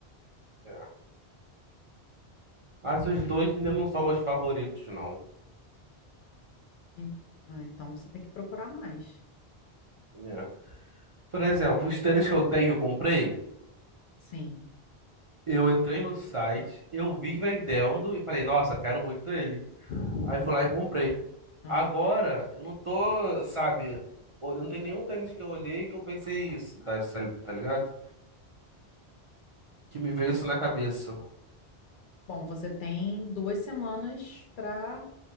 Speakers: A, on the right; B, on the left.
A: é. Mas os dois ainda não são meus favoritos, não.
B: En- ah, Então você tem que procurar mais.
A: É. Por exemplo, os tênis que eu tenho, eu comprei.
B: Sim.
A: Eu entrei no site, eu vi vendendo e falei, nossa, quero muito ele.
B: Hum.
A: Aí fui lá e comprei.
B: Ah.
A: Agora, eu não tô, sabe, ol- não tem nenhum tênis que eu olhei que eu pensei isso, tá, sa- tá ligado? Que me veio isso na cabeça.
B: Bom, você tem duas semanas para